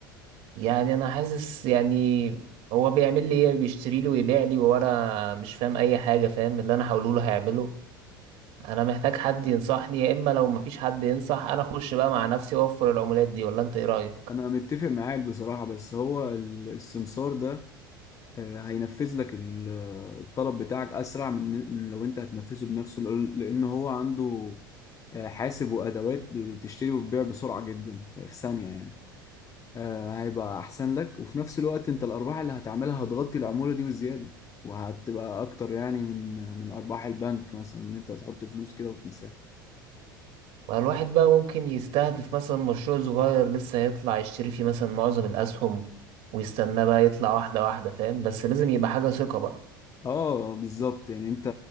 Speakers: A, on the right; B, on the left.
A: يعني أنا حاسس يعني هو بيعمل لي إيه بيشتري لي ويبيع لي وأنا مش فاهم أي حاجة فاهم اللي أنا هقوله له هيعمله أنا محتاج حد ينصحني يا إما لو مفيش حد ينصح أنا أخش بقى مع نفسي وأوفر العمولات دي ولا أنت إيه رأيك؟
B: انا متفق معاك بصراحة بس هو ال- السمسار ده آه، هينفذ لك ال- الطلب بتاعك اسرع من من لو انت هتنفذه بنفسه لأن لأن هو عنده آه، حاسب وادوات بتشتري وتبيع بسرعه جدا في في ثانيه يعني آه، هيبقى احسن لك وفي نفس الوقت انت الارباح اللي هتعملها هتغطي العموله دي وزياده وهتبقى اكتر يعني من من ارباح البنك مثلا ان انت تحط فلوس كده وتنساها
A: ما الواحد بقى ممكن يستهدف مثلا مشروع صغير لسه هيطلع يشتري فيه مثلا معظم الأسهم ويستناه بقى يطلع واحدة واحدة فاهم بس لازم يبقى حاجة ثقة بقى
B: اه بالظبط يعني انت